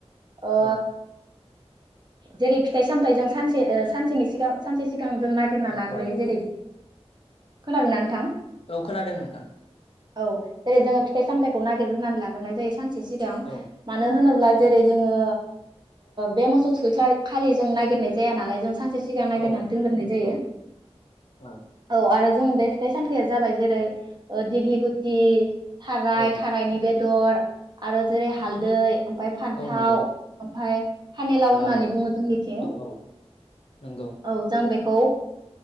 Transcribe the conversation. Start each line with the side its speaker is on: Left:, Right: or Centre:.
Right: ओ
Left: औ
Right: जेरै फिथाइ सामथाइजों सानसे सानसेनि सिगां सानसे सिगां। सिगांजों नागिरना
Left: औ
Right: लाग्रोयो
Left: औ
Right: जेरै खोनादोंना नोंथां।
Left: औ खोनादों नोंथां।
Right: औ जेरै जोंङो फिथाइ सामथाइखौ नागिरग्रोनानै लाग्रोनाय जायो सानसे सिगां
Left: औ
Right: मानो होनोब्ला। जेरै जोंङो बे मोसौ थुखै खालि नागिरनाय जाया नालाय जों सानसे सिगा सिगां
Left: औ
Right: नागिरनानै दोनग्रोनाय
Left: नंगौ
Right: जायो
Left: औ
Right: औ आरो। जों बे फिथाइ सामथाया जाबाय जेरै दिग्लि गुटि थाराय
Left: औ औ
Right: थारायनि बे। बेदर आरो जेरै हालदै। ओमफ्राय फान्थाव
Left: औ नंगौ
Right: ओमफ्राय फानलाव होननानै
Left: लाव
Right: बुङो जोंनिथिं।
Left: औ औ नंगौ।
Right: औ जों बेखौ